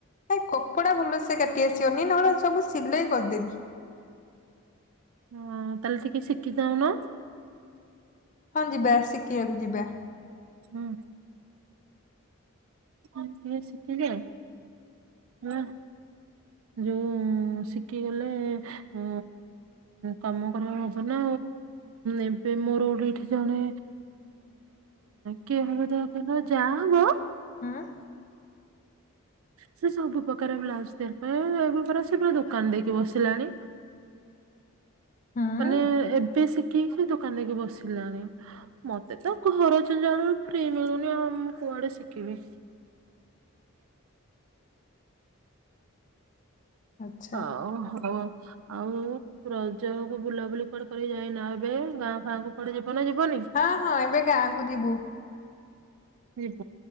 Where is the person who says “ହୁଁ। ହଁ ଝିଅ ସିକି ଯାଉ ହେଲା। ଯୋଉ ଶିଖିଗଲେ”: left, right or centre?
Right